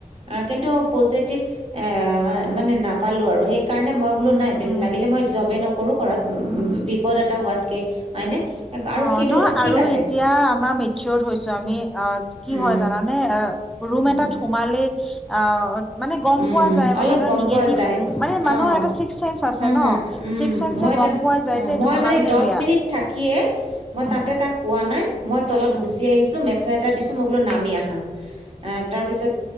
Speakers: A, on the right; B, in the centre.
A: অ কিন্তু পজিটিভ এ মানে নাপালো আৰু সেই। সেইকাৰণে মই
B: উম
A: বোলো নাই
B: উম
A: লাগিলে মই জবেই নকৰোঁ ঘৰত
B: উম উম
A: বিপদ এটা হোৱাত। কে হয়নে। আৰু
B: অ
A: সেইটো
B: নহয়
A: ঠিক
B: আৰু
A: আছে
B: এতিয়া আমাৰ মেচিয়ত হৈছো আমি অ কি
A: উম,
B: হয় জানানে। ৰুম
A: উম,
B: এটাত সোমালে। অ মানে গম
A: উম,
B: পোৱা যায়
A: অলপ
B: মানে এটা
A: গম
B: নিগেটিভ
A: পোৱা যায়
B: মানে মানুহৰ
A: অঁ
B: এটা ছিক্স চেন্স।
A: হা হা উম
B: ছিক্স চেন্সে
A: মই
B: গম
A: তাৰ
B: পোৱা যায়
A: অ
B: যে এইটো
A: মই
B: ভালনে
A: মানে দহ
B: বেয়া।
A: মিনিট থাকিয়ে মই
B: উম
A: তাতে তাক কোৱা নাই মই তলত
B: উম
A: গুচি আহিছোঁ মেছেজ এটা দিছো মই বোলো
B: উম
A: নামি আহা। আহ তাৰপিছত।